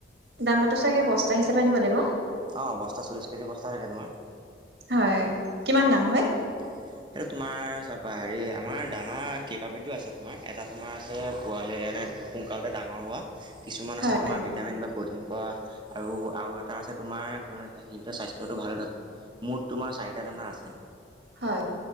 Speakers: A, on the right; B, on the right.
A: দানাটো চাগে বস্তা হিচাপে আনিব লাগিব।
B: অ বস্তা চল্লিশ কেজি বস্তা থাকে তোমাৰ।
A: হয় কিমান দাম হয়।
B: <inaudible> এইটো তোমাৰ চা হেৰি আমাৰ দানা কেইবা বিধো আছে তোমাৰ এটা তোমাৰ আছে পোৱালি এনে- সোনকালে ডাঙৰ হোৱা। কিছুমান
A: হয়
B: আছে তোমাৰ ভিটামিন বা প্ৰটিন পোৱা আৰু আৰু এটা আছে তোমাৰ মানে। কিন্তু স্বাস্থ্যটো ভাল থাকক, মুঠ তোমাৰ চাৰিটা দানা আছে
A: হয়